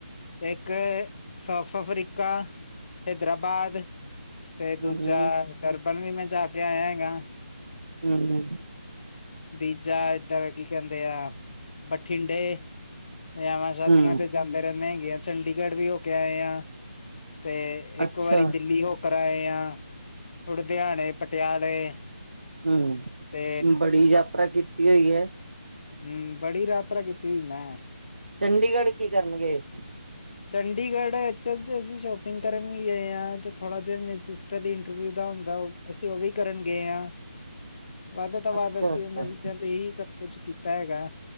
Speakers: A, on the left (about 45°); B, on the right (about 85°).
A: ਉਹ ਇੱਕ ਸਾਊਥ ਅਫਰੀਕਾ ਹੈਦਰਾਬਾਦ- ਤੇ
B: ਹੂੰ,
A: ਦੂਜਾ ਗਰਬਨ ਵੀ ਮੈਂ ਜਾ ਕੇ ਆਇਆ ਹੈਗਾ-
B: ਹੂੰ ਹੂੰ
A: ਬੀਜਾ ਏਧਰ ਕੀ ਕਹਿੰਦੇ ਆ ਬਠਿੰਡੇ- ਵਿਆਵਾਂ ਸ਼ਾਦੀਆਂ
B: ਹੂੰ
A: ਤੇ ਜਾਂਦੇ ਰਹਿੰਦੇ ਹੈਗੇ ਆ ਚੰਡੀਗੜ੍ਹ ਵੀ ਹੋ ਕੇ ਆਏ ਆ- ਤੇ
B: ਅੱਛਾ,
A: ਇੱਕ ਵਾਰੀ ਦਿੱਲੀ ਹੋ ਕਰ ਆਏ ਆ ਲੁਧਿਆਣੇ ਪਟਿਆਲੇ-
B: ਹੂੰ
A: ਤੇ
B: ਬੜੀ ਯਾਤਰਾ ਕੀਤੀ ਹੋਈ ਐ।
A: ਹੂੰ ਬੜੀ ਯਾਤਰਾ ਕੀਤੀ ਹੋਈ ਮੈਂ
B: ਚੰਡੀਗੜ੍ਹ ਕੀ ਕਰਨ ਗਏ ਸੀ?
A: ਚੰਡੀਗੜ੍ਹ ਅਕਚੂਅਲ ਚ ਅਸੀਂ ਸ਼ੋਪਿੰਗ ਕਰਨ ਵੀ ਗਏ ਆ ਤੇ ਥੋੜਾ ਜਿਆ ਮੇਰੇ ਸਿਸਟਰ ਦੀ ਇੰਟਰਵਿਊ ਦਾ ਹੁੰਦਾ ਅਸੀਂ ਓ ਵੀ ਕਰਨ ਗਏ ਆ
B: <unintelligible>
A: ਵੱਧ ਤੋਂ ਵੱਧ
B: ਅੱਛਾ,
A: ਅਸੀਂ
B: ਅੱਛਾ
A: ਉਂਨਾਂ ਚੀਜ਼ਾਂ ਤੇ ਈ ਸਭ ਕੁਛ ਕੀਤਾ ਹੈਗਾ।